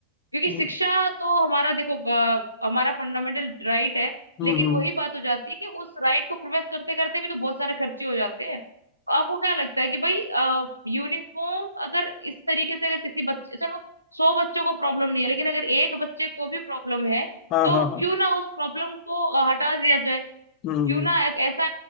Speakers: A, on the right (about 85°); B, on the left (about 35°).
A: क्योंकि
B: हम्म
A: शिक्षा तो हमारा देखो ब- हमारा फंडामेंटल राइट है
B: हम्म,
A: लेकिन
B: हम्म,
A: वही बात हो जाती है कि उस राइट को प्रोफेस करते करते भी तो बहुत सारे खर्चे हो जाते हैं तो आपको क्या लगता है कि भाई यूनिफॉर्म अगर इस तरीके से अगर किसी बच्चे चलो सौ बच्चों को प्रॉब्लम नहीं है लेकिन अगर एक बच्चे को भी प्रॉब्लम है
B: हाँ
A: तो
B: हाँ हाँ
A: क्यों ना उस प्रॉब्लम को अ, हटा दिया जाए
B: हम्म
A: क्यों
B: हम्म,
A: ना एक ऐसा